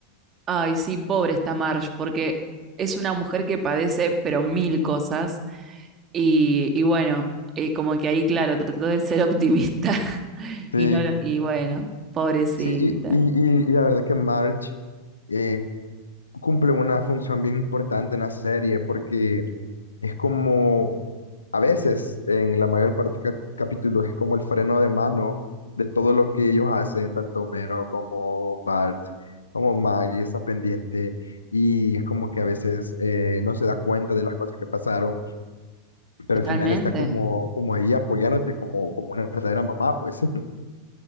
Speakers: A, on the right; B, on the left.
A: Ay, sí, pobre esta Marge, porque es una mujer que padece, pero mil cosas. Y, y bueno, y como que ahí, claro, trató de ser optimista. <laughs>
B: Sí,
A: Y no, lo- y bueno, pobrecita.
B: sí, y, y, y- y la verdad que Marge eh, cumple una función bien importante en la serie porque es como A veces, en la mayor parte de capítulos, es como el freno de mano de todo lo que ellos hacen, tanto Homero como Bart, como Maggie está pendiente y es como que a veces eh, no se da cuenta de las cosas que pasaron, pero
A: Totalmente.
B: al final está como, como ahí apoyándote como, como una verdadera mamá, pues. <laughs>